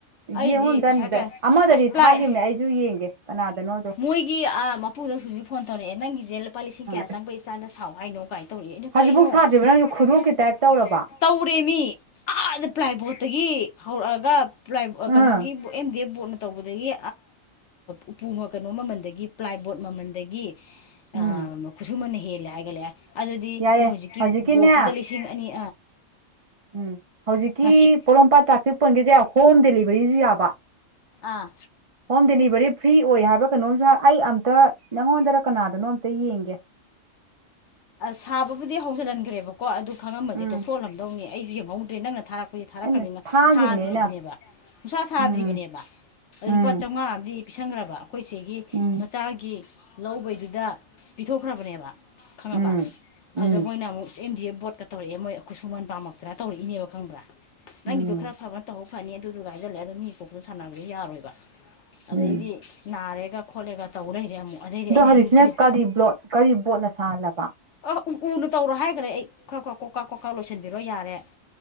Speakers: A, on the left; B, on the right.
A: ꯑꯩꯗꯤ
B: ꯌꯦꯡꯉꯣ
A: ꯄꯩꯁꯥ
B: ꯑꯝꯇ
A: ꯀꯌꯥ
B: ꯑꯃꯗꯗꯤ
A: ꯑꯁ ꯄ꯭ꯂꯥꯏ
B: ꯊꯥꯒꯤꯕꯅꯦ ꯑꯩꯁꯨ ꯌꯦꯡꯒꯦ ꯀꯅꯥꯗꯅꯣꯗꯣ
A: ꯃꯣꯏꯒꯤ ꯑꯥ ꯃꯄꯨꯗꯣ ꯍꯧꯖꯤꯛ ꯐꯣꯟ ꯇꯧꯔꯛꯑꯦ ꯅꯪꯒꯤꯁꯦ ꯂꯨꯄꯥ ꯂꯤꯁꯤꯡ
B: ꯑꯥ
A: ꯀꯌꯥ ꯆꯪꯕꯩ ꯁꯇꯥꯢꯜꯗ ꯁꯥꯎ ꯍꯥꯏꯅꯣ ꯀꯃꯥꯏꯅ ꯇꯧꯔꯤ ꯑꯩꯅ
B: ꯍꯧꯖꯤꯛꯐꯥꯎ
A: ꯀꯩꯅꯣ
B: ꯁꯥꯗ꯭ꯔꯤꯕ ꯅꯪꯁꯨ ꯈꯨꯗꯣꯞꯀꯤ
A: <inaudible>
B: ꯇꯥꯏꯞ ꯇꯧꯔꯕ
A: ꯇꯧꯔꯦꯃꯤ ꯑꯥꯗ ꯄꯂꯥꯏꯕꯣꯠꯇꯒꯤ ꯍꯧꯔꯛꯑꯒ ꯄꯂꯥꯏ ꯀꯩꯅꯣꯒꯤ
B: ꯑꯥ
A: ꯑꯦꯝ ꯗꯤ ꯑꯦꯝ ꯕꯣꯔꯠꯅ ꯇꯧꯕꯗꯒꯤ ꯎꯄꯨ ꯀꯩꯅꯣ ꯃꯃꯜꯗꯒꯤ ꯄꯂꯥꯏꯕꯣꯠ ꯃꯃꯜꯗꯒꯤ
B: ꯎꯝ
A: ꯑ ꯈꯨꯁꯨꯃꯟꯅ ꯍꯦꯜꯂꯦ ꯍꯥꯏꯒꯠꯂꯛꯑꯦ ꯑꯗꯨꯗꯤ
B: ꯌꯥꯔꯦ
A: ꯃꯣꯏ ꯍꯧꯖꯤꯛꯀꯤ
B: ꯍꯧꯖꯤꯛꯀꯤꯅꯦ
A: ꯕꯣꯔꯠꯇꯨꯗ ꯂꯤꯁꯤꯡ ꯑꯅꯤ
B: ꯎꯝ ꯍꯧꯖꯤꯛꯀꯤ
A: ꯉꯁꯤ
B: ꯄꯣꯔꯣꯝꯄꯥꯠ ꯇ꯭ꯔꯥꯐꯤꯛ ꯄꯣꯢꯟꯒꯤꯁꯦ ꯍꯣꯝ ꯗꯦꯂꯤꯚꯔꯤꯁꯨ ꯌꯥꯕ
A: ꯑꯥ
B: ꯍꯣꯝ ꯗꯦꯂꯤꯚꯔꯤ ꯐ꯭ꯔꯤ ꯑꯣꯏ ꯍꯥꯏꯕ꯭ꯔꯥ ꯀꯩꯅꯣꯝꯁꯨ ꯑꯩ ꯑꯝꯇ ꯅꯪꯉꯣꯟꯗꯔꯥ ꯀꯅꯥꯗꯅꯣ ꯑꯝꯇ ꯌꯦꯡꯒꯦ
A: ꯑ ꯁꯥꯕꯕꯨꯗꯤ ꯍꯧꯖꯤꯜꯍꯟꯈ꯭ꯔꯦꯕꯀꯣ ꯑꯗꯨ ꯈꯉꯝꯃꯗꯤ
B: ꯎꯝ
A: ꯇꯣꯛꯊꯣꯛꯍꯟꯂꯝꯗꯧꯅꯤ ꯑꯩꯁꯨ ꯌꯦꯡꯍꯧꯗ꯭ꯔꯦ ꯅꯪꯅ ꯊꯥꯔꯛꯄ ꯑꯩꯈꯣꯏꯗꯤ ꯊꯥꯔꯛꯈ꯭ꯔꯕꯅꯤꯅ
B: ꯑꯩꯅ ꯊꯥꯈꯤꯕꯅꯦ
A: ꯁꯥꯗ꯭ꯔꯤꯕꯅꯦꯕ
B: ꯑꯩꯅ
A: ꯁꯨꯡꯁꯥ ꯁꯥꯗ꯭ꯔꯤꯕꯅꯦꯕ
B: ꯎꯝ
A: ꯑꯗꯥ
B: ꯎꯝ
A: ꯂꯨꯄꯥ ꯆꯥꯝꯃꯉꯥ ꯑꯃꯗꯤ ꯄꯤꯁꯟꯒꯔꯕ ꯑꯩꯈꯣꯏ ꯆꯦꯒꯤ
B: ꯎꯝ
A: ꯃꯆꯥꯒꯤ ꯂꯧꯕꯩꯗꯨꯗ ꯄꯤꯊꯣꯛꯈ꯭ꯔꯕꯅꯦꯕ ꯈꯪꯉꯕ
B: ꯎꯝ ꯎꯝ
A: ꯑꯗꯨꯗ ꯃꯣꯏꯅ ꯑꯃꯨꯛ ꯑꯦꯝ ꯗꯤ ꯑꯦꯐ ꯕꯣꯔꯠꯀ ꯇꯧꯔꯛꯑꯦ ꯃꯣꯏ ꯈꯨꯠꯁꯨꯃꯟ ꯄꯥꯝꯃꯛꯇꯅ ꯇꯧꯔꯛꯏꯅꯦꯕ ꯈꯪꯕ꯭ꯔꯥ ꯅꯪꯒꯤꯗꯣ
B: ꯎꯝ
A: ꯈꯔ ꯐꯕꯅ ꯇꯧꯍꯧ ꯐꯅꯤ ꯑꯗꯨꯗꯨꯒ ꯍꯥꯏꯖꯜꯂꯦ ꯑꯗꯣ ꯃꯤ ꯀꯣꯛꯇ ꯁꯥꯟꯅꯕꯗꯣ ꯌꯥꯔꯣꯏꯕ ꯑꯗꯩꯗꯤ
B: ꯎꯝ
A: ꯅꯥꯔꯦꯒ ꯈꯣꯠꯂꯦꯒ ꯇꯧ ꯂꯩꯔꯦ ꯑꯃꯨꯛ ꯑꯗꯩꯗꯤ
B: ꯑꯗꯣ
A: ꯑꯩꯅ
B: ꯍꯧꯖꯤꯛꯁꯤꯅ
A: ꯑꯌꯨꯛꯇ
B: ꯀꯔꯤ ꯕ꯭ꯂꯣꯠ ꯀꯔꯤ ꯕꯣꯔꯠꯅ ꯁꯥꯍꯜꯂꯕ
A: ꯑ ꯎ ꯎꯅ ꯇꯧꯔꯣ ꯍꯥꯏꯈ꯭ꯔꯦ ꯑꯩ ꯈꯔ ꯈꯔ ꯀꯣꯛꯀꯥ ꯀꯣꯛꯀꯥ ꯂꯣꯏꯁꯤꯟꯕꯤꯔꯣ ꯌꯥꯔꯦ